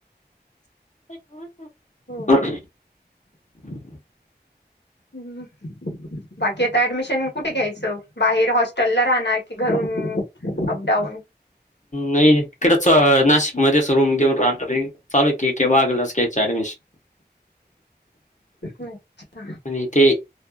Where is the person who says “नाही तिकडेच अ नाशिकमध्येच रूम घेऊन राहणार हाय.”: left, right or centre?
Left